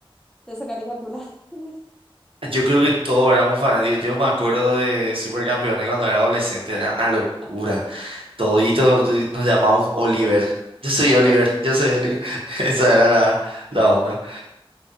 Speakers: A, in the centre; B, on the right (about 70°).
A: de esa caricatura. <laughs>
B: Yo creo que todos éramos fanáticos. Yo me acuerdo de Supercampeones cuando era adolescente, era una locura. Toditos nos llamamos Oliver. Yo soy
A: Oliver.
B: Oliver, yo soy Oliver. <laughs> Esa era la, la onda,